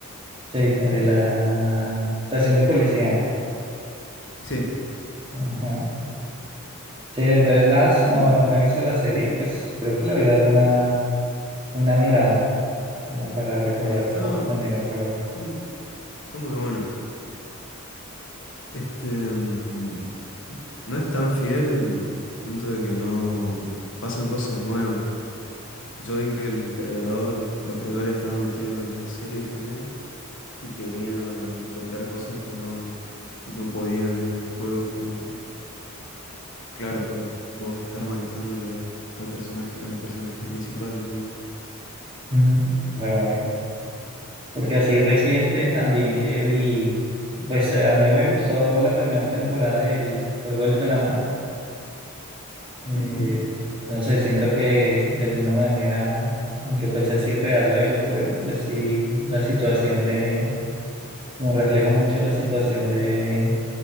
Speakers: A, on the right; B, on the left.
A: Sí, de la estación de policía era.
B: Sí,
A: Ajá. Sí, entonces las,
B: y
A: no, no me he visto la serie, pues creo que le voy a dar una, una mirada, como para recordar
B: eh, está,
A: un poco también el juego.
B: está, mu- está muy bueno. Este, mm, no es tan fiel, punto de que no pasan cosas nuevas. Yo vi que el creador, los creadores estaban metidos en la serie también y querían contar cosas que no, no podían en el juego, como Claro, por vos estar manejándole al, al personaje, a los personajes principales nomás.
A: Mm,
B: <clears throat>
A: Vale, vale. Porque así reciente también que vi, pues eh, a mí me gustó la primera temporada del Juego del Calamar. Eh,
B: Ujú.
A: no sé, siento que de alguna manera, aunque pues es irreal lo de los juegos, pues sí, la situación de, como refleja mucho la situación de,